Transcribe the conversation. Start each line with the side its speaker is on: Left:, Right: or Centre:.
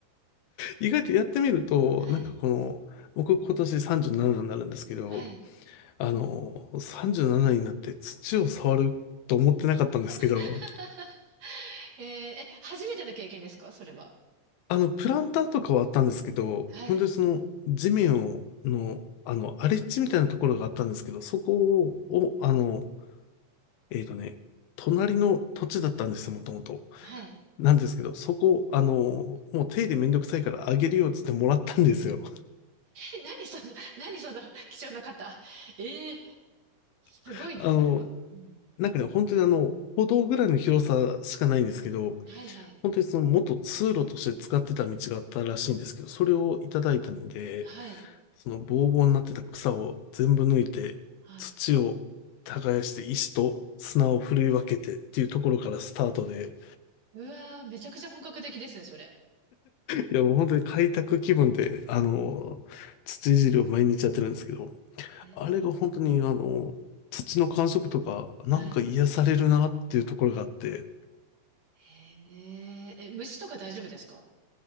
Left: 意外とやってみると、
Right: はい、
Left: なんかこの、僕今年37になるんですけど、
Right: はい、
Left: あの、37になって土を触ると思ってなかったんですけど、
Right: <laughs> えーえ、初めての経験ですかそれは。
Left: あの、プランターとかはあったんですけど、
Right: はい、
Left: 本当にその地面を、の、あの、荒れ地みたいなところがあったんですけど、そこを、あの、えっとね、隣の土地だったんですよ、もともと。
Right: はい。
Left: なんですけど、そこ、あの、もう手入れめんどくさいからあげるよって言ってもらったんですよ。
Right: え何その、何その <laughs> 貴重な方。えー、すごいな、
Left: <laughs> あの、
Right: それは。うん
Left: なんかね、本当にあの、歩道ぐらいの広さしかないんですけど、
Right: はい、はい、
Left: 本当にその元通路として使ってた道があったらしいんですけど、それをいただいたので、
Right: はい、
Left: そのボーボーになってた草を全部抜いて、
Right: はい。
Left: 土を耕して石と砂をふるい分けてっていうところからスタートで、
Right: うわー、めちゃくちゃ本格的ですね、それ。
Left: いやもう本当に開拓気分で、あの、土いじりを毎日やってるんですけど、
Right: えー、
Left: あれが本当にあの、土の感触とか、なんか癒されるなっていうところがあって、
Right: はい。へえ、え、虫とか大丈夫ですか